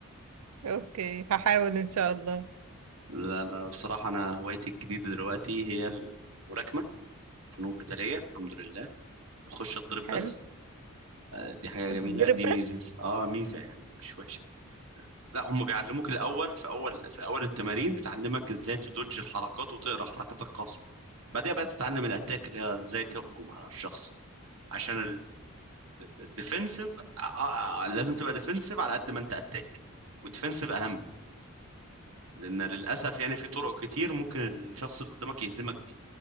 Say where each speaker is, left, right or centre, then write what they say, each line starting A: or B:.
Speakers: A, on the right; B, on the right.
A: اوكي هحاول ان شاء الله
B: لا لا بصراحة انا هوايتي الجديدة دلوقتي هي الملاكمة فنون قتالية الحمد لله بخش اتضرب
A: حلو
B: بس دي حاجة
A: تتضرب
B: جميلة دي ميزة
A: بس
B: اه ميزة يعني مش وحشة لا هم بيعلموك الأول في أول في أول التمارين بتعلمك ازاي تدوج الحركات وتقرا حركات الخصم بعدها بقى تتعلم الأتاك اللي هي ازاي تهجم على الشخص عشان الديفنسيف لازم تبقى ديفنسيف على قد ما انت أتاك والديفنسيف أهم لان للاسف يعني في طرق كتير ممكن الشخص اللي قدامك يهزمك بيه